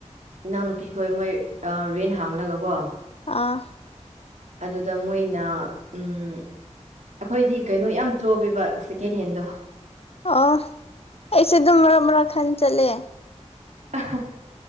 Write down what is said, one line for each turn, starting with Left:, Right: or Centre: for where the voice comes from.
Right: ꯏꯅꯥꯎꯅꯨꯄꯤꯈꯣꯏ ꯃꯣꯏ ꯔꯦꯟ ꯍꯥꯡꯂꯒ ꯀꯣ
Left: ꯑꯥ
Right: ꯑꯗꯨꯗ ꯃꯣꯏꯅ ꯎꯝ ꯑꯩꯈꯣꯏꯗꯤ ꯀꯩꯅꯣ ꯌꯥꯝ ꯆꯣꯄꯤꯕ ꯁꯦꯀꯦꯟ ꯍꯦꯟꯗꯣ
Left: ꯑꯣ ꯑꯩꯁꯨ ꯑꯗꯨꯝ ꯃꯔꯛ ꯃꯔꯛ ꯈꯟ ꯆꯠꯂꯦ
Right: ꯑꯍꯥ